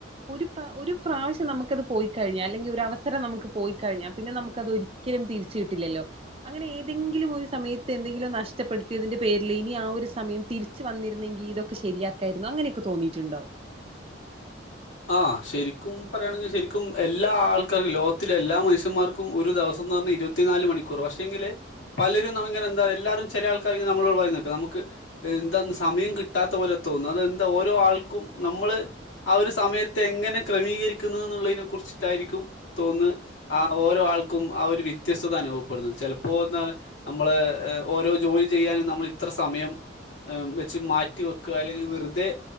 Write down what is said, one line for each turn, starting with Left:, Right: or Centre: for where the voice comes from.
Right: ഒരു പ്ര ഒരു പ്രാവശ്യം നമുക്ക് പോയി കഴി അല്ലെങ്കിൽ ഒരു അവസരം നമുക്ക് പോയി കഴിഞ്ഞാൽ പിന്നെ നമുക്ക് അത് ഒരിക്കലും തിരിച്ച് കിട്ടില്ലലോ അങ്ങനെ ഏതെങ്കിലും ഒരു സമയത്ത് എന്തെങ്കിലും നഷ്ടപ്പെടുത്തിയതിന്റെ പേരില് ഇനി ആ ഒരു സമയം തിരിച്ചു വന്നിരുന്നെങ്കിൽ ഇതൊക്കെ ശരിയാക്കായിരുന്നു അങ്ങനെയൊക്കെ തോന്നിട്ടുണ്ടോ
Left: ആ ശരിക്കും പറയുകയാണെങ്കിൽ ശരിക്കും എല്ലാ ആൾക്കാർക്കും ലോകത്തിലെ എല്ലാ മനുഷ്യന്മാർക്കും ഒരു ദിവസം പറഞ്ഞാൽ ഇരുപത്തി നാല് മണിക്കൂർ പക്ഷെ എങ്കില് പലരും അങ്ങെന്താ എല്ലാവും ചില ആൾക്കാെ നമ്മോ പറയ നമുക്ക് എന്താ സമയം കിട്ടാത്ത പോലെ തോന്നുന്നു അത് എന്തോ ഓരോ ആൾക്കും നമ്മള് ആ ഒരു സമയത്ത് എങ്ങനെ ക്രമീകരിക്കുന്നത് എന്നുള്ളതിനെ കുറിച്ചിട്ടായിരിക്കും തോന്നുന്നത് ആ ഓരോ ആൾക്കും ആ ഒരു വ്യത്യസ്തത അനുഭവപ്പെടുന്നു ചിലപ്പോ എ നമ്മള് ഓരോ ജോലി ചെയ്യാനും നമ്മൾ ഇത്ര സമയം വെച്ച് മാറ്റി വെക്കുക അല്ലെങ്കിൽ വെറുതെ